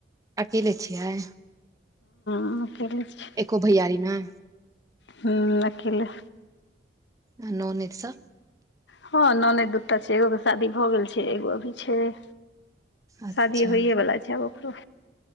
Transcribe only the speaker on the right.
अकेले छियै?
एको भैयारी नै।
आ नोनैद सब।
अच्छा